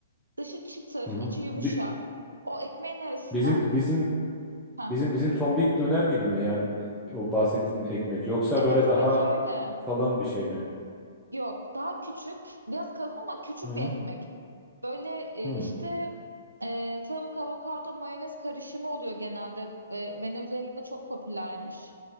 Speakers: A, on the right; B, in the centre.
A: Dışı çıtır,
B: hı hı.
A: içi yumuşak.
B: Bi-
A: O ekmeğin arasına.
B: Bizim bizim
A: Heh.
B: Bizim bizim tombik döner gibi mi? Yani o bahsettiğin ekmek yoksa
A: Evet
B: böyle
A: evet
B: daha
A: öyle.
B: kalın bir şey mi?
A: Yok, daha küçük, biraz kalın ama küçük
B: Hı hı.
A: bir ekmek. Böyle e,
B: Hı.
A: işte e, tavuk, avokado, mayonez karışımı oluyor genelde. E, Venezuela'da çok popülermiş.